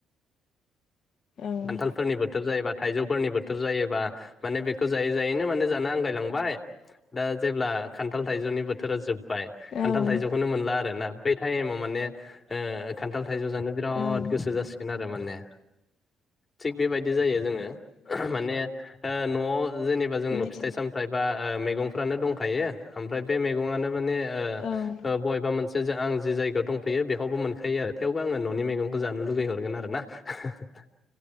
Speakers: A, on the left; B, on the left.
A: ओं
B: बान्थालफोरनि बोथोर जायोबा थाइजौफोरनिबो थोरजायोबा माने बेखौ जायो जायैनो माने जानो आंगाय लांबाय दा जेब्ला खान्थाल थाइजौनि बोथ थोरो जोब बाय
A: औ
B: खान्थाल
A: ओं
B: थाइजौखौनो मोनला आरो ना बे टाइमाव माने ओ खान्थाल थाइजौ जानो बिराद
A: ओं
B: गोसो जासिगोन आरो माने थिग बेबायदि जायो जोंङो माने ओ नआव जेनेबा जोंनाव
A: बेबायदिनो
B: फिथाइ सामथाइ बा ओ मैगंफ्रानो दंखायो ओमफ्राय बे मैगङानो माने ओ
A: औ ओं
B: ओ बबेबा मोनसे आं जि जायगायाव दंफैयो बेहावबो मोनखायो आरो थेवबो आङो ननि मेगंखौ जानो लुगै हरगोन आरोना हो हो हो